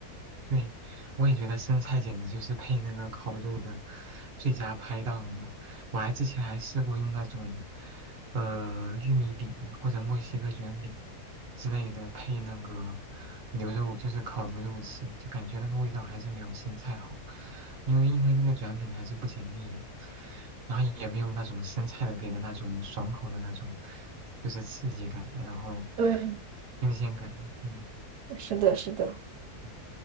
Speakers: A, on the right (about 45°); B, on the right (about 80°).
A: 对，我也觉得生菜简直就是配那个烤肉的最佳拍档了。我还之前还试过用那种，呃，玉米饼或者墨西哥卷饼之类的配那个牛肉，就是烤牛肉吃，就感觉那个味道还是没有生菜好，因为因为那个卷饼还是不解腻啊，然后也没有那种生菜的给的那种爽口的那种，就是刺激感，然后
B: 对，
A: 新鲜感，嗯。
B: 是的，是的。
A: 嗯